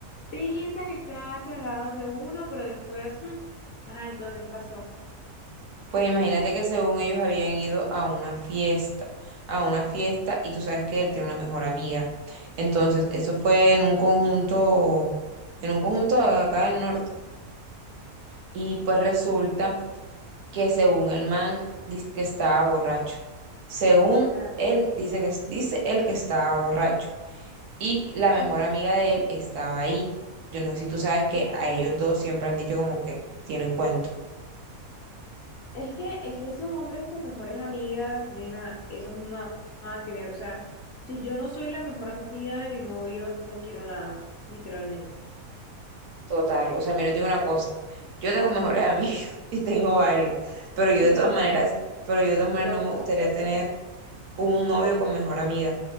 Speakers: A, on the left; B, on the right.
A: pintan estar tragados de uno, pero después, mm, ajá, entonces, ¿qué pasó?
B: Pues imagínate que según ellos habían ido a una fiesta, a una fiesta, y tú sabes que él tiene una mejor amiga. Entonces, eso fue en un conjunto, en un conjunto acá del norte. Y pues resulta que según el man dice que estaba borracho. Según
A: Ah,
B: él, dice que, dice él que estaba borracho. Y la mejor
A: sí.
B: amiga de él estaba ahí. Yo no sé si tú sabes que a ellos dos siempre han dicho como que tienen cuento.
A: Es que, es que esos hombres con mejores amigas, nena, eso no nada, nada que ver. O sea, si yo no soy la mejor amiga de mi novio, no quiero nada, literalmente.
B: Total. O sea, mira, yo te digo una cosa. Yo tengo mejores amigos <laughs> y tengo varios. Pero yo
A: <laughs>
B: de todas maneras, pero yo de todas maneras
A: No
B: no
A: te
B: me
A: las
B: gustaría
A: entiendo.
B: tener un novio con mejor amiga.